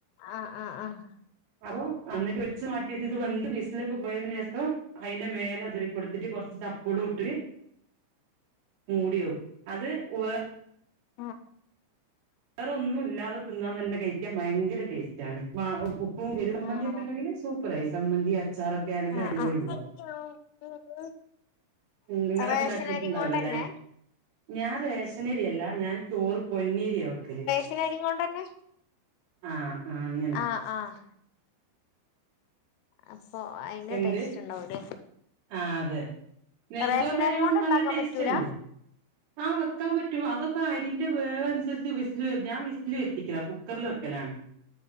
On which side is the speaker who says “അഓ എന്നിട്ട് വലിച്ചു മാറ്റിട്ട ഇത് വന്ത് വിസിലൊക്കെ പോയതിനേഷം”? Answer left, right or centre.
Right